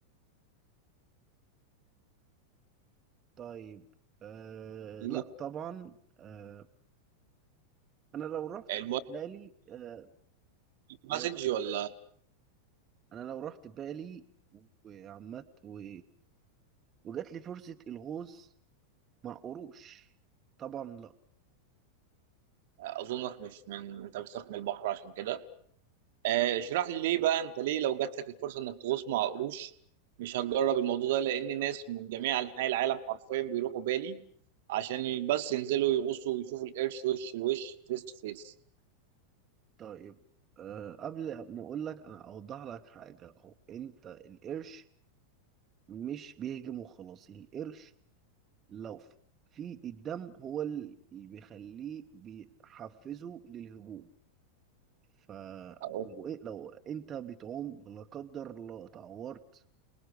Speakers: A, on the right; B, on the right.
A: طيب آه
B: المهم
A: لا طبعا آه انا لو رحت
B: المهم
A: بالي آه
B: المسج
A: وانا
B: ولا
A: لو رحت بالي وعمت و... وجات لي فرصة الغوص مع قروش طبعا لا
B: اظنك مش من انت بتخاف من البحر عشان كده آه، اشرح لي ليه بقى انت ليه لو جات لك الفرصه انك تغوص مع قروش مش هتجرب الموضوع ده لان ناس من جميع انحاء العالم حرفيا بيروحوا بالي عشان بس ينزلوا يغوصوا ويشوفوا القرش وش لوش فيس تو فيس
A: طيب آه قبل ما اقول لك انا اوضح لك حاجة هو انت القرش مش بيهجم وخلاص القرش لو في الدم هو اللي بيخليه بيحفزه للهجوم فلو
B: اهو
A: إيه- لو انت بتعوم لا قدر الله اتعورت